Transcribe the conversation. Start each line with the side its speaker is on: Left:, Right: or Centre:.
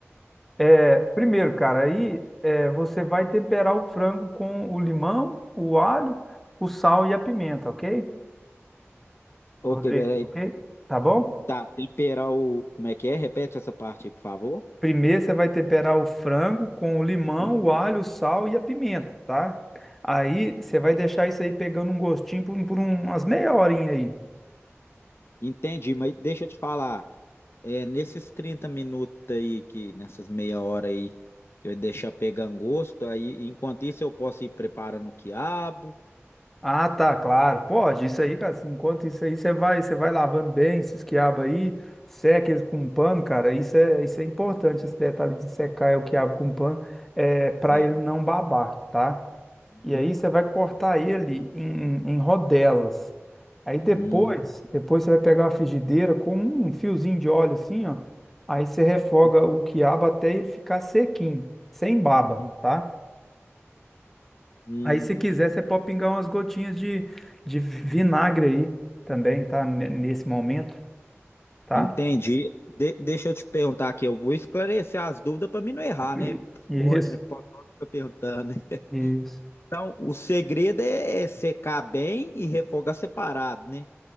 Centre: É, primeiro, cara, aí é, você vai temperar o frango com o limão, o alho, o sal e a pimenta, ok?
Left: Ok,
Centre: Rodrigo,
Left: peraí.
Centre: ok? Tá bom?
Left: Tá, temperar o. Como é que é? Repete essa parte aí, por favor.
Centre: Primeiro você vai temperar o frango com o limão,
Left: Uhum.
Centre: o alho, o sal e a pimenta, tá? Aí você vai deixar isso aí pegando um gostinho por, por umas meia horinha aí.
Left: Entendi, mas deixa eu te falar, é, nesses 30 minutos aí, que nessas meia hora aí, que eu deixar pegando gosto, aí enquanto isso eu posso ir preparando o quiabo,
Centre: Ah, tá, claro. Pode, isso aí, cara. assim, Enquanto isso aí, você vai, você vai lavando bem esses quiabos aí, seca eles com um pano, cara. Isso é, isso é importante, esse detalhe de secar o quiabo com pano, é para
Left: É.
Centre: ele não babar, tá?
Left: Uhum.
Centre: E aí você vai cortar ele em, em rodelas. Aí depois,
Left: Hum.
Centre: depois você vai pegar uma frigideira com um fiozinho de óleo assim, ó. Aí você refoga
Left: Uhum.
Centre: o quiabo até ele ficar sequinho, sem baba,
Left: Uhum.
Centre: tá?
Left: Hum.
Centre: Aí, se quiser, você pode pingar umas gotinhas de, de vinagre aí também, tá? Ne- Nesse momento, tá?
Left: Entendi. De- deixa eu te perguntar aqui, eu vou esclarecer as dúvidas para mim não errar,
Centre: Sim.
Left: né?
Centre: Isso,
Left: Pode, né? Pode, pode ficar perguntando. né?
Centre: isso.
Left: Então, o segredo é é secar bem e refogar separado, né?